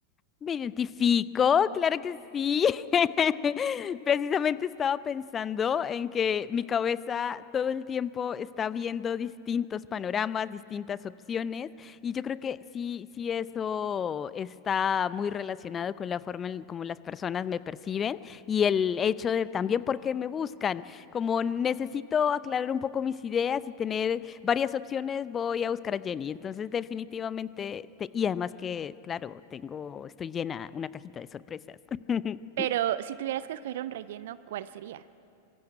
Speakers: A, on the left; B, on the right.
A: Me identifico, claro que sí. <laughs> Precisamente estaba pensando en que mi cabeza todo el tiempo está viendo distintos panoramas, distintas opciones, y yo creo que sí, sí eso está muy relacionado con la forma en como las personas me perciben y el hecho de también por qué me buscan. Como necesito aclarar un poco mis ideas y tener varias opciones, voy a buscar a Jenny. Entonces, definitivamente, te- y además que, claro, tengo, estoy llena, una cajita de sorpresas. <laughs>
B: Pero si tuvieras que escoger un relleno, ¿cuál sería?